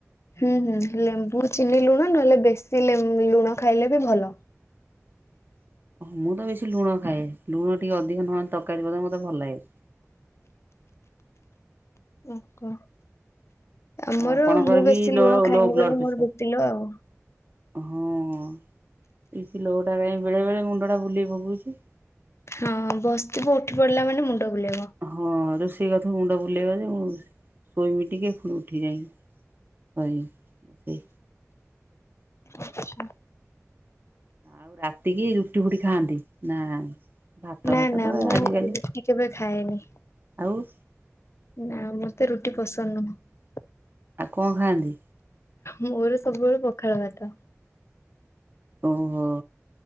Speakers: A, on the left (about 60°); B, on the right (about 40°).
A: ହୁଁ ହୁଁ ଲେମ୍ବୁ ଚିନି ଲୁଣ ନହେଲେ ବେଶୀ ଲୁଣ ଖାଇଲେ ବି ଭଲ।
B: <inaudible> ଓ ମୁଁ ତ ବେଶୀ ଲୁଣ ଖାଏ। ଲୁଣ ଟିକେ ଅଧିକ ନହେଲେ ତରକାରୀ ବଦ ମତେ ଭଲ ଲାଗେ।
A: ଓହୋ। ଆମର
B: ଆପଣଙ୍କର
A: ମୁଁ
B: ବି
A: ବେଶୀ
B: ଲୋ
A: ଲୁଣ ଖାଇନି
B: ଲୋ ବ୍ଲଡ
A: ବୋଲି
B: ପ୍ରେସର।
A: ମୋର ବିପିଲ ଆଉ।
B: ହଁ ଏଇଛି ଲୋ ଟା କାହିଁ ବେଳେ ବେଳେ ମୁଣ୍ଡ ଟା ବୁଲେଇ ପକଉଛି।
A: ହଁ ବସିଥିବୁ ଉଠି ପଡିଲା ମାନେ ମୁଣ୍ଡ ବୁଲେଇବ।
B: ହଁ ରୋଷେଇ କଥା ମୁଣ୍ଡ ବୁଲେଇବା ଯେ ଶୋଇମିି ଟିକେ ଫୁଣି ଉଠିବି ଯାଇକି। କହିବି ଏ
A: ଆଚ୍ଛା।
B: ଆଉ ରାତି କିି ରୁଟି ଫୁଟି ଖାଆନ୍ତି। ନା ଭାତ
A: ନା
B: ଭାତ
A: ନା
B: ତ
A: ମୁଁ
B: ଆଜିକାଲି
A: ରୁଟି କେବେ ଖାଏନି।
B: ଆଉ
A: ନା ମତେ ରୁଟି ପସନ୍ଦ ନୁହଁ।
B: ଆଉ କଣ ଖାଆନ୍ତି?
A: ମୋର ସବୁବେଳେ ପଖାଳ ଭାତ।
B: ଓ ହୋ।